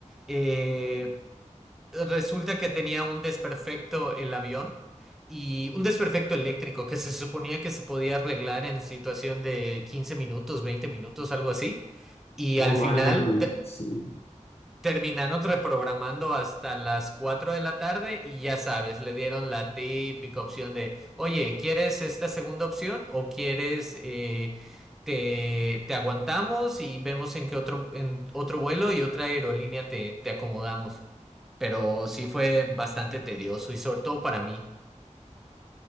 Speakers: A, in the centre; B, on the left.
A: eh, resulta que tenía un desperfecto el avión. Y un desperfecto eléctrico que se suponía que se podía arreglar en situación de 15 minutos, 20 minutos, algo así. Y
B: Oh,
A: al
B: válgame,
A: final
B: sí.
A: Terminaron reprogramando hasta las 4 de la tarde y ya sabes, le dieron la típica opción de, oye, ¿quieres esta segunda opción o quieres eh, te, te aguantamos y vemos en qué otro, en otro vuelo y otra aerolínea te, te acomodamos? Pero sí fue bastante tedioso y sobre todo para mí.